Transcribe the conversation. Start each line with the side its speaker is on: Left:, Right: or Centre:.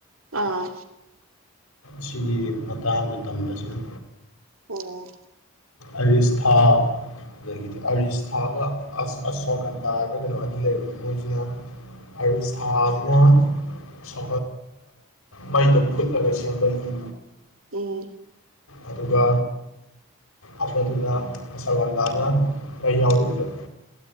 Right: ꯑꯥ
Left: ꯁꯤꯒꯤ ꯃꯇꯥꯡꯗ ꯇꯝꯕꯁꯤꯅ
Right: ꯑꯣ
Left: ꯑꯔꯤꯁꯊꯥ ꯑꯗꯒꯤꯗꯤ ꯑꯔꯤꯁꯊꯥꯒ ꯑꯁꯣꯀꯟꯗꯥꯒ ꯀꯩꯅꯣ ꯑꯅꯤ ꯂꯩꯕꯅꯤ ꯃꯣꯏꯁꯤꯅ ꯑꯔꯤꯁꯊꯥꯁꯤꯅ ꯁ ꯃꯩꯗ ꯐꯨꯠꯂꯒ ꯁꯦꯝꯕ ꯌꯨ
Right: ꯎ
Left: ꯑꯗꯨꯒ ꯑꯃꯗꯨꯅ ꯑꯁꯒꯟꯇꯥꯅ ꯃꯩ ꯌꯥꯎꯔꯤꯕꯗ